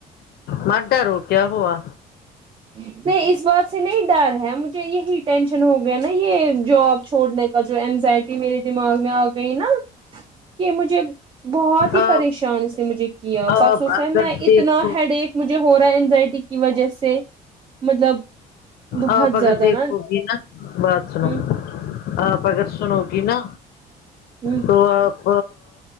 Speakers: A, on the left (about 65°); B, on the right (about 30°).
A: مر ڈ رو کیا ہوا
B: نہیں اس بات سے نہیں ڈر ہے مجھے یہی ٹینشن ہو گیا نا یہ جاب چھوڑنے کا جو اینزائٹی میرے دماغ میں آ گئی نا کہ مجھے بہت ہی
A: آپ
B: پریشان سے مجھے کیا
A: آپ
B: پرسوں سے
A: اگر
B: ہے میں
A: دیکھو
B: اتنا ہیڈ مجھے ہو رہا ہے اینزائٹی کی وجہ سے مطلب بہت
A: آاںپگر
B: زیادہ
A: دیکھو
B: نا
A: گی نا بات سناو
B: ہ
A: آپ اگر سنو گی نا
B: ہ
A: تو آپ